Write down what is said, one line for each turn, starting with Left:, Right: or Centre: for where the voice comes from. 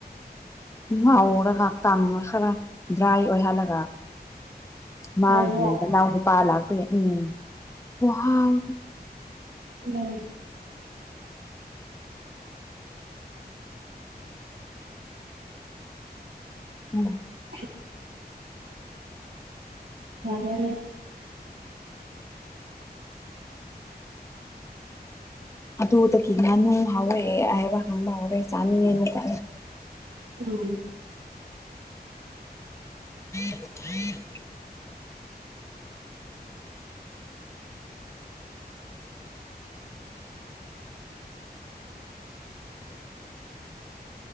Left: ꯉꯥꯎꯔꯒ ꯇꯥꯡ ꯈꯔ ꯗ꯭ꯔꯥꯏ ꯑꯣꯏꯍꯜꯂꯒ ꯃꯥꯒꯤ
Right: ꯍꯥꯎꯕ꯭ꯔꯥ
Left: ꯅꯅꯥꯎ ꯅꯨꯄꯥ ꯂꯥꯛꯄ ꯎꯝ ꯋꯥꯎ
Right: ꯎꯝ
Left: ꯎꯝ
Right: <unintelligible> <unintelligible>
Left: ꯑꯗꯨꯗꯒꯤ ꯉꯥꯅꯨ ꯍꯧꯔꯛꯑꯦ ꯍꯥꯏꯕ ꯈꯪꯕ ꯍꯧꯔꯛꯦ ꯆꯥꯅꯤꯡꯉꯦ ꯑꯃꯨꯛꯀ
Right: ꯎꯝ
Left: <unintelligible>